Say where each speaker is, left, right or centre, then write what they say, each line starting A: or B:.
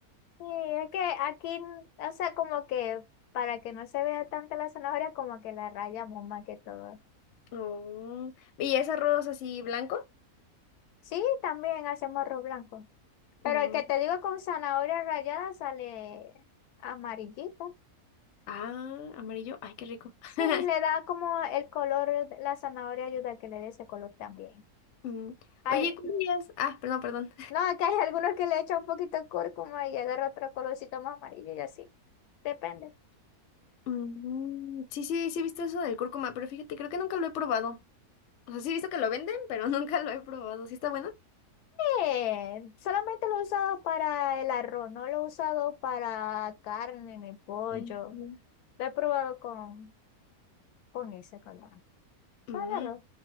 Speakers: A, on the left (about 85°); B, on the left (about 60°).
A: sí, es que aquí, o sea, como que para que no se vea tanta la zanahoria, como que la rayamos más que todo.
B: Oh, ¿Y es arroz así blanco?
A: Sí, también hacemos arroz blanco. Pero
B: Mm,
A: el que te digo con zanahoria rallada sale amarillito.
B: Ah, amarillo. Ay, qué rico. <laughs>
A: Sí, le da como el color, la zanahoria ayuda a que le dé ese color también.
B: Mm,
A: Ay,
B: Oye, ¿cuál dirías? Ah, perdón, perdón.
A: No, que hay algunos que le echan un poquito de cúrcuma y agarra otro colorcito más amarillo y así. Depende.
B: <laughs> Mm, sí, sí, sí he visto eso del cúrcuma, pero fíjate, creo que nunca lo he probado. O sea, sí he visto que lo venden, <laughs> pero nunca lo he probado. ¿Sí está bueno?
A: Eh, solamente lo he usado para el arroz, no lo he usado para carne ni pollo.
B: Ujú.
A: Lo he probado con, con ese color.
B: Mm,
A: Para el arroz.